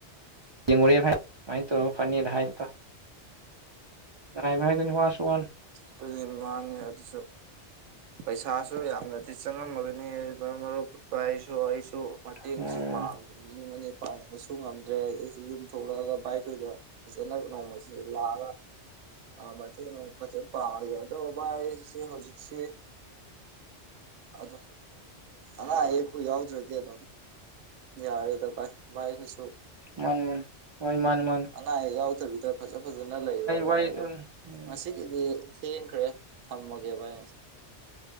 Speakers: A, on the right; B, on the right.
A: ꯌꯦꯡꯉꯨꯔꯦ ꯚꯥꯏ ꯑꯗꯨꯃꯥꯏ ꯇꯧꯔꯒ ꯐꯅꯤꯅ ꯍꯥꯏ ꯏꯇꯥꯎ ꯉꯥꯏꯕ ꯍꯥꯏꯗꯨꯅꯤ ꯋꯥꯔꯁꯨ ꯋꯥꯅꯥ ꯫
B: <unintelligible> ꯄꯩꯁꯥꯁꯨ ꯌꯥꯝꯅꯗꯤ ꯆꯪꯉꯝꯃꯒꯅꯤ <unintelligible> ꯑꯩꯁꯨ
A: ꯎꯝ
B: ꯄꯥꯡꯅꯤꯡꯕꯅꯦ ꯄꯥꯡꯕꯁꯨ ꯉꯝꯗ꯭ꯔꯦ ꯑꯩꯁꯨ ꯌꯨꯝ ꯊꯣꯛꯂꯛꯂꯒ ꯚꯥꯏꯈꯣꯏꯗ ꯐꯖꯅ ꯅꯣꯡꯃꯥ ꯂꯥꯛꯂꯒ ꯑꯥ ꯃꯇꯦꯡ ꯑꯃꯨꯛ ꯐꯖꯅ ꯄꯥꯡꯑꯒꯦ ꯑꯗꯣ ꯚꯥꯏ ꯑꯩꯁꯦ ꯍꯧꯖꯤꯛꯁꯦ ꯑꯗꯨꯝ - ꯑꯅꯥ ꯑꯌꯦꯛꯄꯨ ꯌꯥꯎꯗ꯭ꯔꯗꯤ ꯑꯗꯨꯝ ꯌꯥꯔꯦꯗ ꯚꯥꯏ -ꯚꯥꯏ ꯍꯣꯏꯁꯨ
A: ꯃꯥꯟꯅꯦ- ꯃꯥꯟꯅꯦ ꯍꯣꯏ ꯃꯥꯟꯅꯦ ꯃꯥꯟꯅꯦ
B: ꯑꯅꯥ ꯑꯌꯦꯛ ꯌꯥꯎꯗꯕꯤꯗ ꯐꯖ- ꯐꯖꯅ ꯂꯩꯔꯣ ꯚꯥꯏ
A: ꯋꯥꯔꯤ
B: ꯑꯗꯣ
A: ꯎꯝ ꯎꯝ
B: ꯉꯁꯤ ꯑꯗꯨꯗꯤ ꯊꯦꯟꯈ꯭ꯔꯦ ꯊꯝꯃꯥꯒꯦ ꯚꯥꯏ ꯉꯁꯤ